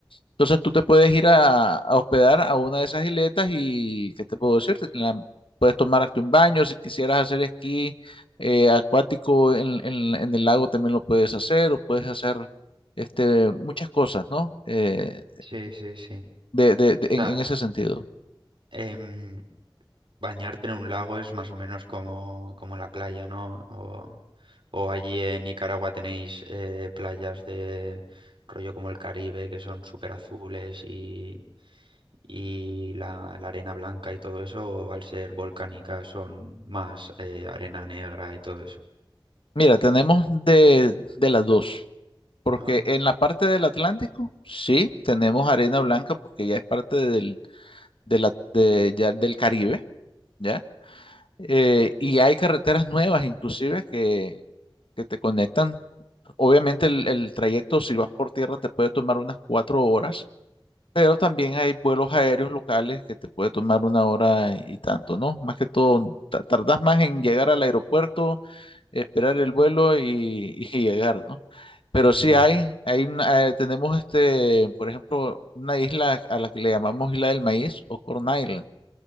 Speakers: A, on the left; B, on the right.
A: Entonces tú te puedes ir a, a hospedar a una de esas isletas y, ¿qué te puedo decir? Te- la- puedes tomarte un baño, si quisieras hacer esquí eh, acuático en, en- en el lago también lo puedes hacer, o puedes hacer este, muchas cosas, ¿no? Eh,
B: sí, sí, sí. O
A: de, de- de-
B: sea,
A: en en ese sentido.
B: em, Bañarte en un lago es más o menos como, como la playa, ¿no? O, o allí en Nicaragua tenéis eh, playas de rollo como el Caribe, que son súper azules y, y la, la arena blanca y todo eso, o al ser volcánica son más eh, arena negra y todo eso.
A: Mira, tenemos de, de las dos, porque
B: Ah,
A: en la parte del Atlántico, sí, tenemos arena blanca porque ya es parte del, de la- de- ya del Caribe, ¿ya? Eh, y hay carreteras nuevas inclusive que, que te conectan. Obviamente el, el trayecto, si vas por tierra, te puede tomar unas cuatro horas, pero también hay vuelos aéreos locales que te puede tomar una hora y tanto, ¿no? Más que todo, ta- tardas más en llegar al aeropuerto esperar el vuelo y, y llegar, ¿no? Pero sí
B: ya.
A: hay, hay una- eh, tenemos este, por ejemplo, una isla a la que le llamamos Isla del Maíz o Corn Island.